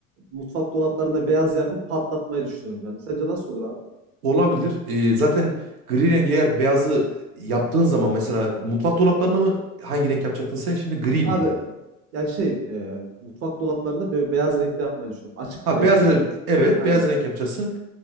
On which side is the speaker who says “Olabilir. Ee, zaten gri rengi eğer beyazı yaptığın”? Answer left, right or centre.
Right